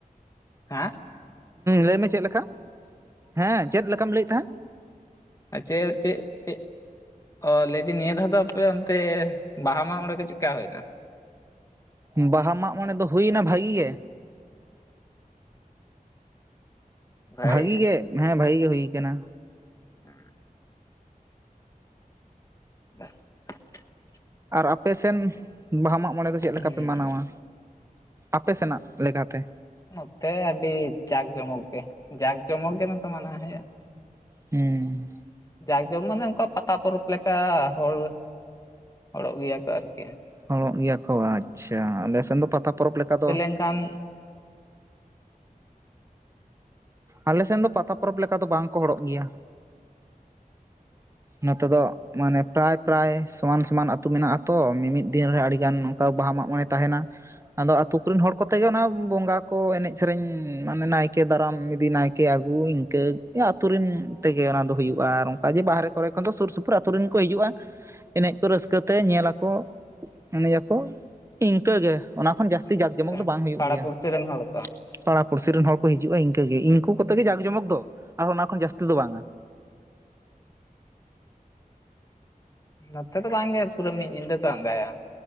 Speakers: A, on the left; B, on the right.
A: ᱦᱮᱸᱼᱼ
B: ᱞᱟᱹᱭᱢᱮ ᱪᱮᱫ ᱞᱮᱠᱟ? ᱦᱮᱸ ᱪᱮᱫ ᱞᱮᱠᱟᱢ ᱞᱟᱹᱭᱮᱫ ᱛᱟᱦᱮᱸᱫ?
A: ᱟᱨ ᱪᱮᱫ <inaudible> ᱚ ᱞᱟᱹᱭᱫᱟᱹᱧ ᱱᱤᱭᱟᱹ ᱫᱷᱟᱣ ᱫᱚ ᱟᱯᱮ ᱚᱱᱛᱮ ᱵᱟᱦᱟ ᱢᱟᱜ ᱢᱚᱲᱮ ᱠᱚ ᱪᱮᱫᱠᱟ ᱦᱩᱭᱮᱱᱟ?
B: ᱵᱟᱦᱟ ᱢᱟᱜ ᱢᱚᱬᱮ ᱫᱚ ᱦᱩᱭᱱᱟ ᱵᱷᱟᱜᱤ ᱜᱮ᱾
A: ᱵᱷᱟᱜᱮ
B: ᱵᱷᱟᱜᱤ ᱜᱮ ᱦᱮᱸ ᱵᱷᱟᱜᱤ ᱜᱮ ᱦᱩᱭ ᱟᱠᱟᱱᱟ᱾
A: <inaudible> <inaudible>
B: ᱟᱨ ᱟᱯᱮ ᱥᱮᱱ ᱵᱟᱦᱟ ᱢᱟᱜ ᱢᱚᱬᱮ ᱫᱚ ᱪᱮᱫ ᱞᱮᱠᱟᱯᱮ
A: ᱜᱮ ᱦᱩᱸ
B: ᱢᱟᱱᱟᱣᱟ? ᱟᱯᱮ ᱥᱮᱱᱟᱜ ᱞᱮᱠᱟᱛᱮ?
A: ᱱᱚᱛᱮ ᱟᱹᱰᱤ ᱡᱟᱠ ᱡᱚᱢᱚᱠ ᱜᱮ ᱡᱟᱠ ᱡᱚᱢᱚᱠ ᱜᱮ ᱱᱚᱛᱮ ᱢᱟᱱᱟᱣ ᱦᱩᱭᱩᱜᱼᱟ᱾
B: ᱦᱮᱸ
A: ᱡᱟᱠ ᱡᱚᱢ ᱢᱟᱱᱮ ᱚᱱᱠᱟ ᱯᱟᱛᱟ ᱯᱚᱨᱚᱵᱽ ᱞᱮᱠᱟ ᱦᱚᱲ ᱦᱚᱲᱚᱜ ᱜᱮᱭᱟ ᱠᱚ ᱟᱨᱠᱤ
B: ᱦᱚᱲᱚᱜ ᱜᱮᱭᱟ ᱠᱚ ᱟᱪᱪᱷᱟ ᱟᱞᱮ ᱥᱮᱫ ᱫᱚ ᱯᱟᱛᱟ ᱯᱚᱨᱚᱵᱽ ᱞᱮᱠᱟ ᱫᱚᱼᱼ
A: ᱚᱱᱠᱟᱱ
B: ᱟᱞᱮᱥᱮᱱ ᱫᱚ ᱯᱟᱛᱟ ᱯᱚᱨᱚᱵᱽ ᱞᱮᱠᱟ ᱫᱚ ᱵᱟᱝ ᱠᱚ ᱦᱚᱲᱚᱨᱚᱜ ᱜᱮᱭᱟ᱾ ᱱᱚᱛᱮ ᱫᱚ ᱢᱟᱱᱮ ᱯᱨᱟᱭᱼ ᱯᱨᱟᱭ ᱥᱚᱢᱟᱱ ᱥᱚᱢᱟᱱ ᱟᱛᱩ ᱢᱮᱱᱟᱜᱼᱟ᱾ ᱛᱚ ᱢᱤᱢᱤᱫ ᱫᱤᱱ ᱨᱮ ᱟᱹᱰᱤ ᱜᱟᱱ ᱚᱱᱠᱟ ᱵᱟᱦᱟ ᱢᱟᱜ ᱢᱚᱬᱮ ᱛᱟᱦᱮᱱᱟ᱾ ᱟᱫᱚ ᱟᱛᱳ ᱠᱚᱨᱮᱱ ᱦᱚᱲ ᱠᱚᱛᱮᱜᱮ ᱚᱱᱟ ᱵᱚᱸᱜᱟ ᱠᱚ ᱮᱱᱮᱡ ᱥᱮᱨᱮᱧ ᱢᱟᱱᱮ ᱱᱟᱭᱠᱮ ᱫᱟᱨᱟᱢ ᱤᱼᱼ ᱫᱤ ᱱᱟᱭᱠᱮ ᱟᱹᱜᱩ ᱤᱱᱠᱟᱹ ᱟᱛᱩᱨᱮᱱ ᱛᱮᱜᱮ ᱚᱱᱟ ᱫᱚ ᱦᱩᱭᱩᱜᱼᱟ, ᱟᱨ ᱚᱱᱠᱟ ᱡᱮ ᱵᱟᱦᱨᱮᱼᱼ ᱯᱚᱨᱮ ᱠᱷᱚᱱ ᱫᱚ ᱥᱩᱨ ᱥᱩᱯᱩᱨ ᱟᱛᱳ ᱨᱮᱱ ᱠᱚ ᱦᱤᱡᱩᱜᱼᱟ ᱮᱱᱮᱡ ᱠᱚ ᱨᱟᱹᱥᱠᱟᱹ ᱛᱮ ᱧᱮᱞᱟᱠᱚ᱾ ᱮᱱᱮᱡ ᱟᱠᱚ ᱤᱱᱠᱟᱹᱜᱮ ᱚᱱᱟ ᱠᱷᱚᱱ ᱡᱟᱹᱥᱛᱤ ᱡᱟᱠ
A: ᱟᱪᱪᱷᱟ
B: ᱡᱚᱢᱚᱠ ᱫᱚ ᱵᱟᱝ ᱦᱩᱭᱩᱜ
A: ᱯᱟᱲᱟ
B: ᱜᱮᱭᱟ᱾
A: ᱯᱩᱲᱥᱤ ᱨᱮᱱ ᱦᱚᱲ ᱠᱚ
B: ᱯᱟᱲᱟ ᱯᱩᱲᱥᱤ ᱨᱮᱱ ᱦᱚᱲ ᱠᱚ ᱦᱤᱡᱩᱜᱼᱟ᱾ ᱤᱱᱠᱟᱹ ᱜᱮ ᱤᱱᱠᱩ ᱠᱚᱛᱮ ᱜᱮ ᱡᱟᱠ ᱡᱚᱢᱚᱠ ᱫᱚ ᱟᱨ ᱚᱱᱟ ᱠᱷᱚᱱ ᱡᱟᱹᱥᱛᱤ ᱫᱚ ᱵᱟᱝᱟ᱾
A: ᱱᱚᱛᱮ ᱫᱚ ᱵᱟᱝᱜᱮ, ᱯᱩᱨᱟᱹ ᱢᱤᱫ ᱧᱤᱫᱟᱹ ᱠᱚ ᱟᱸᱜᱟᱭᱟ᱾